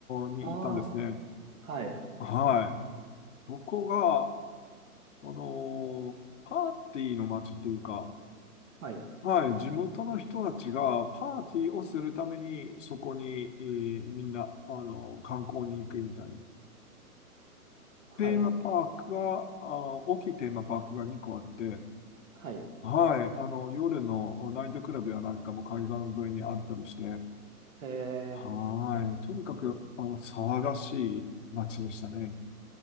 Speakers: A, on the left; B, on the right.
A: に行ったんですね。
B: うああー、はい、
A: はい。そこが、あの、パーティーの街っていうか、
B: はい、
A: はい、地元の人たちがパーティーをするために、そこに、えーみんな、あの、観光に行くみたいな。
B: はい、
A: テーマパークが、あの、大きいテーマパークが2個あって、
B: はい。
A: はい。あの、夜のナイトクラブやなんかも海岸沿いにあったりして、
B: え
A: はい。とにかく、あの、騒がしい街でしたね。